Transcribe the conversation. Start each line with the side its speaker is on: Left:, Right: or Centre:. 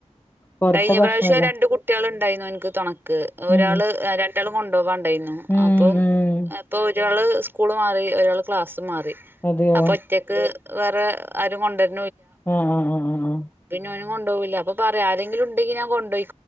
Left: പൊറത്തെ
Right: കഴിഞ്ഞ
Left: ഭക്ഷണല്ലേ
Right: പ്രാവശ്യം രണ്ട കുട്ടികൾ ഉണ്ടായിരുന്നു എനിക്ക് തുണക്ക് ഒരാൾ
Left: ഉം
Right: ഒറ്റൾ കൊണ്ടുപോകാണ്ടായിരുന്നു
Left: ഉം
Right: അപ്പം
Left: ഉം
Right: അപ്പൊ ഒരാള് സ്കൂള് മാറി ഒരാൾ ക്ലാസ്
Left: അതെയോ
Right: അ ഒക്ക് വ കൊ
Left: ആഹ ഉ ഉ ഉ ഉ
Right: കൊുപോയി അൊ പറയാ ആരെങ്കിലും ഉണ്ടങ്ക ാൻ കൊുപോയി